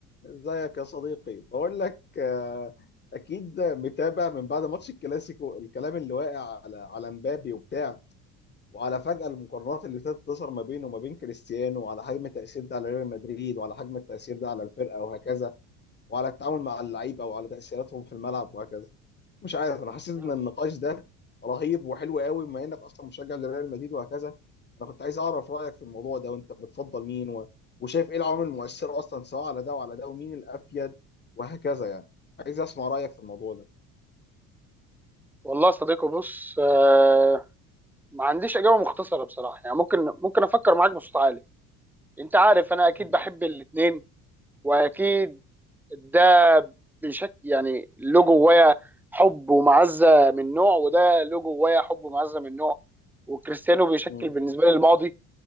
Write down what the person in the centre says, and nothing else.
مم.
والله يا صديقي بص آه ما عنديش اجابه مختصره بصراحه يعني ممكن ممكن افكر معاك بصوت عالي انت عارف انا اكيد
بحب الاثنين واكيد ده بشكل يعني له جوايا حب ومعزه من نوع وده له جوايا حب ومعزه من نوع وكريستيانو بيشكل
بالنسبه لي الماضي